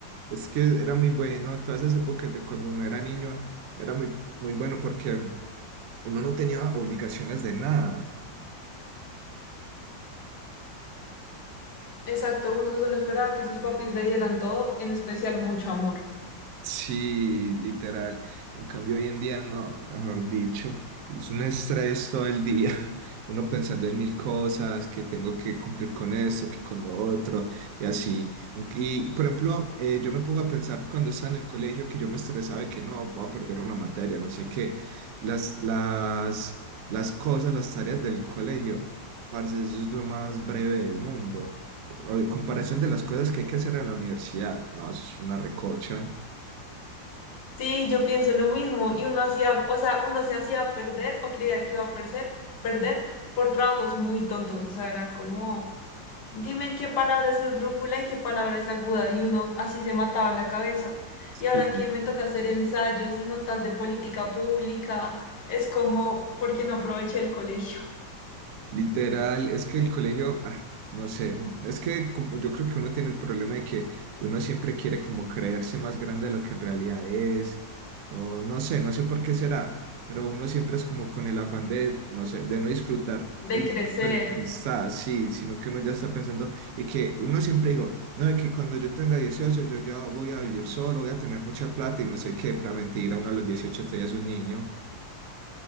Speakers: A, on the right; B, on the left.
A: Es que era muy bueno, todas esas épocas de cuando uno era niño, era muy, muy bueno porque uno no tenía obligaciones de nada.
B: Exacto, uno solo esperaba que sus papis le dieran todo, en especial mucho amor.
A: Sí, literal. En cambio, hoy en día no, mejor dicho, es un estrés todo el día. <laughs> Uno pensando en mil cosas, que tengo que cumplir con esto, que con lo otro, y así. Y, y, por ejemplo, eh, yo me pongo a pensar cuando estaba en el colegio que yo me estresaba de que no, voy a perder una materia, no sé qué. Las, las, las cosas, las tareas del colegio, parce, eso es lo más breve del mundo. A ver, Comparación de las cosas que hay que hacer en la universidad, no, eso es una recocha.
B: Sí, yo pienso lo mismo y uno hacía, o sea, uno se hacía perder o creía que iba a perder, perder por trabajos muy tontos, o sea, era como, dime qué palabra es esdrújula y qué palabra es aguda y uno así se mataba la cabeza.
A: Sí,
B: Y ahora que me toca hacer ensayos y notas de política pública, es como, porque no aproveché el colegio
A: literal, es que el colegio, ah, no sé, es que como, yo creo que uno tiene el problema de que uno siempre quiere como creerse más grande de lo que en realidad es, o no sé, no sé por qué será, pero uno siempre es como con el afán de, no sé, de no disfrutar
B: de
A: el
B: crecer?
A: momento en el que está, sí, sino que uno ya está pensando y que uno siempre digo no, de que cuando yo tenga 18 yo ya voy a vivir solo, voy a tener mucha plata y no sé qué, para mentir a uno a los 18 te es un niño.